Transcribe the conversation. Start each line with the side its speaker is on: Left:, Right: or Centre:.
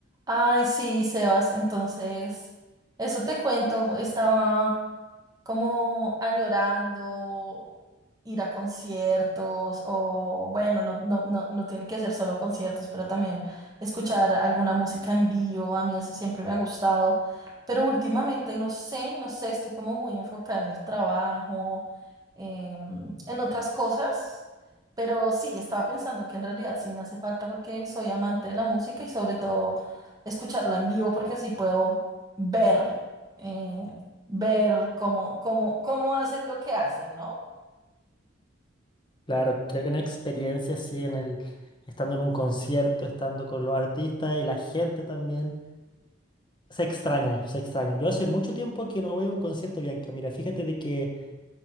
Right: Ay, sí, Sebas, entonces, eso te cuento, estaba como añorando ir a conciertos o bueno, no, no, no, no tiene que ser solo conciertos, pero también escuchar alguna música en vivo, a mí eso siempre me ha gustado, pero últimamente no sé, no sé, estoy como muy enfocada en el trabajo, em, en otras cosas. Pero sí, estaba pensando que en realidad sí me hace falta porque soy amante de la música y sobre todo escucharla en vivo porque así puedo ver eh, ver cómo, cómo, cómo hacen lo que hacen, ¿no?
Left: Claro, creo que una experiencia así en el, estando en un concierto, estando con los artistas y la gente también, se extraña, se extraña. Yo hace mucho tiempo que no voy a un concierto, Bianca. Mira, fíjate de que